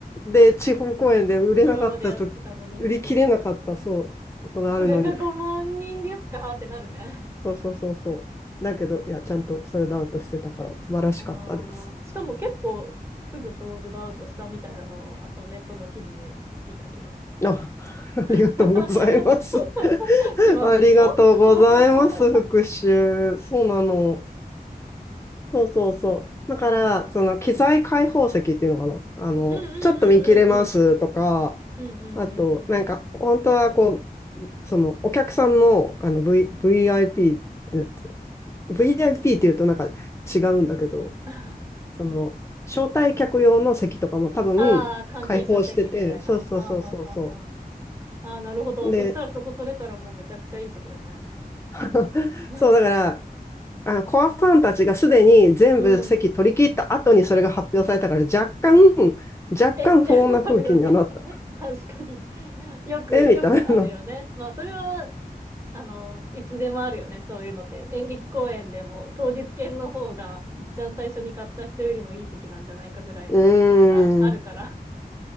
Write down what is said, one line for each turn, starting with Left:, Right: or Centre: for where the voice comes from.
Left: で、地方公演で売れなかったと、
Right: 今までやってたのに。
Left: 売り切れなかった、そう、ことがあるのに、
Right: それが5万人ですかってなるね。
Left: そうそうそうそう。だけど、いや、ちゃんとソールドアウトしてたから素晴らしかったです。
Right: ああ、しかも結構すぐソールドアウトしたみたいなのを、あの、ネットの記事で見た気が
Left: あ、<laughs> ありがとうございます。
Right: <laughs>
Left: <laughs>
Right: しますよ。
Left: ありがとうございます、
Right: <laughs>
Left: 復習。そうなの。そうそうそう。だから、
Right: ああ。
Left: その機材開放席っていうのかな。あの、
Right: うんうんうんうんうん。
Left: ちょっと見切れますとか、
Right: うんうんうんうん。
Left: あと、なんか、本当はこう、そのお客さんの、あの、v、VIP って、VIP って言うとなんか違うんだけど、
Right: <laughs>
Left: その、招待客用の席とかも多分開放してて、
Right: ああ、関係者席みたいな。
Left: そうそうそうそうそ
Right: ああ、はあはあはあ。ああ、なるほど。
Left: う。
Right: そしたらそこ取れたらもうめちゃくちゃいい席だね。
Left: で、<laughs>
Right: <laughs>
Left: そうだから、あの、コアファンたちがすでに全部席取り切った後にそれが発表されたから若干、
Right: うん。
Left: 若干不穏な空気にはなった。
Right: えって <laughs> あるよね。<laughs> 確かに。よく、
Left: えみたいな。
Right: よくあるよね。まあ、それは、あの、いつでもあるよね。そういうのって。演劇公演でも、当日券の方が、いっちゃん最初に買った人よりもいい席なんじゃないかぐらいの時とかあるから。
Left: <laughs> うーん。
Right: <laughs>